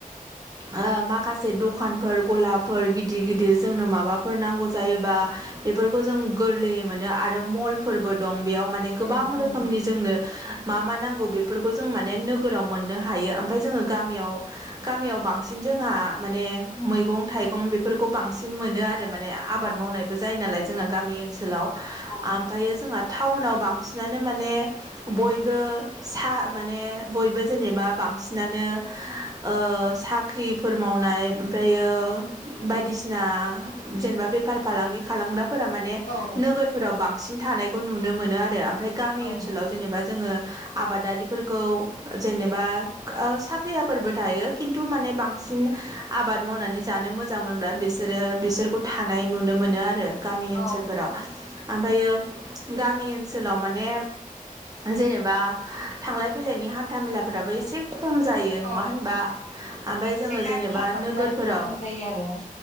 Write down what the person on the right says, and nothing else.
ओ माखासे दखानफोर गलाफोर गिदिर गिदिर जोंनो माबाफोर नांगौ जायोबा बेफोरखौ जों गोरलैयै मोनो आरो मलफोरबो दं बेयाव माने गोबां
रोखोमनि
जोंनो मा मा नांगौ बेफोरखौ जों माने नोगोराव मोननो हायो ओमफाय जोङो ग गामियाव बांसिन जोंहा माने मैगं थाइगं बेफोरखौ बांसिन मोनो आरो माने आबाद
मावनायबो जायो नालाय जोंना गामि ओनसोलाव
ओमफायो जोंहा टाउनाव बांसिनानो माने बयबो सा माने बयबो जेनेबा बांसिनानो ओ साख्रिफोर मावनाय ओमफ्रायो बायदिसिना जेनेबा बेफार फालांगि खालामग्रा फोरा माने
नोगोरफोराव बांसिन थानायखौ नुनो मोनो आरो ओमफ्राय गामि
ओनसोलाव जेनेबा जोङो आबादारिफोरखौ जेनेबा ओ साख्रियाफोरबो थायो खिन्थु माने बांसिन आबाद मावनानै जानो मोजां मोन बिसोरो बिसोरखौ थानाय नुनो मोनो आरो गामि ओनसोलफोराव
ओमफ्रायो गामि ओनसोलाव माने जेनेबा थांलाय फैलायनि हान्था मेलाफोराबो एसे खम जायो नङा
होनबा ओमफाय
जोङो
जेनेबा
नोगोरफोराव